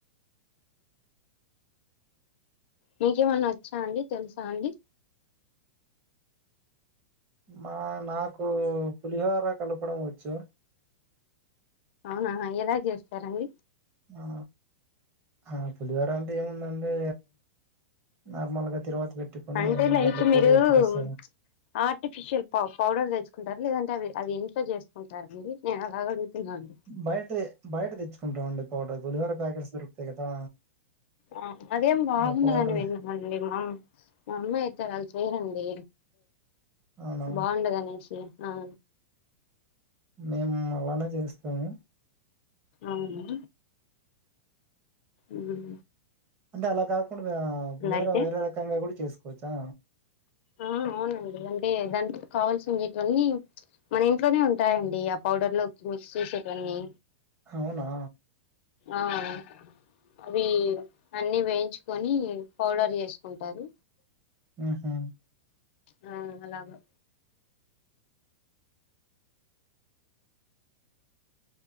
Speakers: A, on the left; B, on the right.
A: మీకేమన్నా వచ్చా అండి తెలుసా అండి
B: మా నాకు పులిహోర కలపడం వచ్చు
A: ఆహా హా ఎలా చేస్తారండి.
B: ఆ ఆ పులిహోర అంటే ఏముందండి నార్మల్ గా తిరువాతి పెట్టుకొని
A: అంటే లైక్
B: దాంట్లో
A: మీరు
B: పొడి ఒకట వస్తాధ
A: ఆర్టిఫిషియల్ పౌ పౌడర్ తెచ్చుకుంటారు లేదంటే అవి అది ఇంట్లో చేసుకుంటారండి నేను అలాగ అడుగుతున్నా అండి
B: బయట బయట తెచ్చుకుంటాంమండి పౌడర్ పులిహోరా ప్యాకెట్స్ దొరుకుతాయి కదా
A: ఆ అదేం బాగుండదని
B: ఆ పౌడర్
A: విన్నాను <unintelligible> అనండి మామ్ మా అమ్మా అయితే అలా చేయరండి
B: అవునా
A: బాగుండదనేసి ఆ
B: మేం అలానే జేస్తాము
A: ఔనా ఉమ్
B: అంటే అలా కాకుండబ్యా పులిహోర
A: అయితే
B: వేరే రకంగా గుడ చేసుకోవచ్చా
A: ఆ ఔనండి అంటే దాంట్కి కావాల్సి ఉండేటువన్నీ మన ఇంట్లోనే ఉంటాయండీ అప్ పౌడర్ లో మిక్స్ సేసేటివన్నీ
B: హౌ నా
A: ఆహ్ ఔన్ అవీ అన్నీ వేయించుకొనీ పౌడర్ జేస్కుంటరు
B: ఉ హూ
A: హువ్ అలాగో